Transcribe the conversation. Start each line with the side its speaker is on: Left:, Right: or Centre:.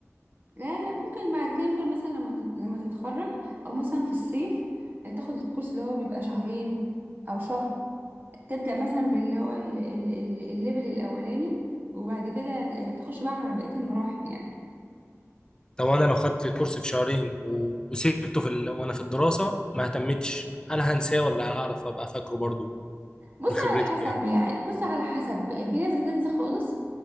Right: لا لا ممكن بعد كده ممكن مثلا لما لما تتخرج أو مثلا في الصيف آه، تاخد الكورس اللي هو بيبقى شهرين أو شهر تبدأ مثلا باللي هو ال- ال- ال- الليفل الأولاني وبعد كده ت- تخش بقى على بقية المراحل يعني
Left: طب انا لو خدت الكورس في شهرين و- وسبته في ال... وانا في الدراسه ما اهتمتش هل هنساه ولا هعرف ابقى فاكره برضو
Right: بص
Left: من خبرتك
Right: على حسب
Left: يعني
Right: يعني بص على حسب يعني في ناس بتنسى خالص